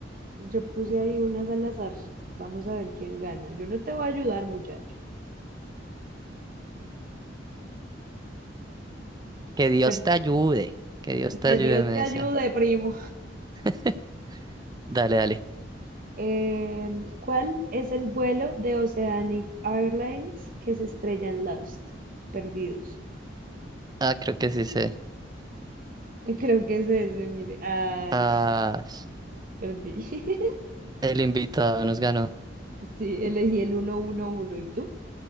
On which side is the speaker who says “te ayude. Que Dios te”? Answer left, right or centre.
Right